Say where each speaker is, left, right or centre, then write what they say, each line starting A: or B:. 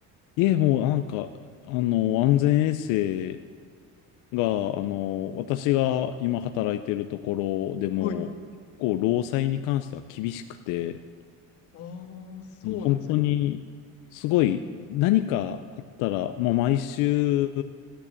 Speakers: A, on the left; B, on the left.
A: いえ、もうなんか、あの、安全衛生が、あの、私が今働いてるところでも、
B: はい。
A: こう、労災に関しては厳しくて、
B: ああ、そうなんですね。
A: あの本当に、すごい、何かあったら、まあ、毎週、